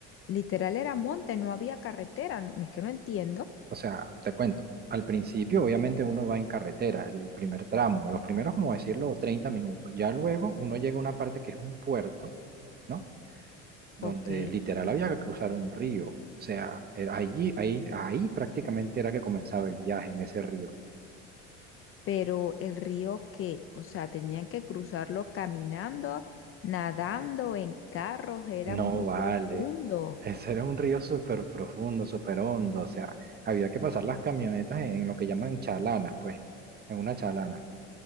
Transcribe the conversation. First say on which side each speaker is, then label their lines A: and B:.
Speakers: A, on the left; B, on the right.
A: literal era monte, no había carretera. No, no es que no entiendo,
B: o sea, te cuento, al principio obviamente uno va en carretera, el primer tramo, los primeros, como decirlo, 30 minutos. Ya luego uno llega a una parte que es un puerto, ¿no? Donde
A: ok.
B: literal había que cruzar un río. O sea, era allí, ahí, ahí prácticamente era que comenzaba el viaje en ese río.
A: Pero el río que, o sea, tenían que cruzarlo caminando, nadando, en carros, era
B: No
A: muy
B: vale.
A: profundo.
B: Ese era un río súper profundo, súper hondo. O sea, había que pasar las camionetas en, en lo que llaman chalanas, pues, en una chalana.